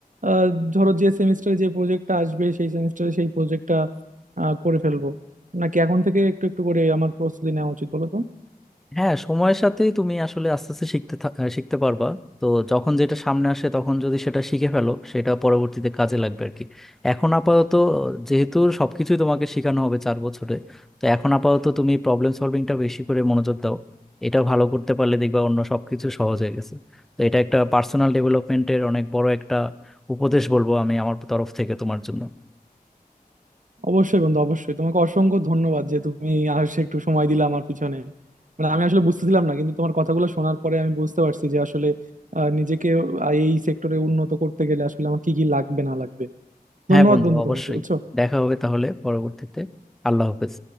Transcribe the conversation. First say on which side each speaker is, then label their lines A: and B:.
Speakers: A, on the right (about 55°); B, in the centre.
A: আহ, ধরো যে সেমিস্টারে যে প্রজেক্টটা আসবে সেই সেমিস্টারে সেই প্রজেক্টটা করে ফেলবো নাকি এখন থেকে একটু একটু করে আমার প্রস্তুতি নেওয়া উচিত বলো তো
B: হ্যাঁ সময়ের সাথেই তুমি আসলে আস্তে আস্তে শিখতে থা- আহ, শিখতে পারবা তো যখন যেটা সামনে আসে তখন যদি সেটা শিখে ফেলো সেটা পরবর্তীতে কাজে লাগবে আর কি এখন আপাতত যেহেতু সবকিছুই তোমাকে শেখানো হবে চার বছরে তো এখন আপাতত তুমি প্রবলেম সলভিংটা বেশি করে মনোযোগ দাও এটা ভালো করতে পারলে দেখবা অন্য সবকিছু সহজ হয়ে গেছে তো এটা একটা পার্সোনাল ডেভেলপমেন্টের অনেক বড় একটা উপদেশ বলবো আমি আমার তরফ থেকে তোমার জন্য
A: অবশ্যই বন্ধু অবশ্যই তোমাকে অসংখ্য ধন্যবাদ যে তুমি আসে একটু সময় দিলে আমার পিছনে মানে আমি আসলে বুঝতেছিলাম না কিন্তু তোমার কথাগুলো শোনার পরে আমি বুঝতে পারছি যে আসলে আহ, নিজেকে আহ, এই সেক্টরে উন্নত করতে গেলে আসলে আমার কি কি লাগবে না লাগবে
B: হ্যাঁ
A: ধন্যবাদ
B: বন্ধু
A: বন্ধু
B: অবশ্যই
A: তোমাকে বুঝছো
B: দেখা হবে তাহলে পরবর্তীতে আল্লাহ হাফেজ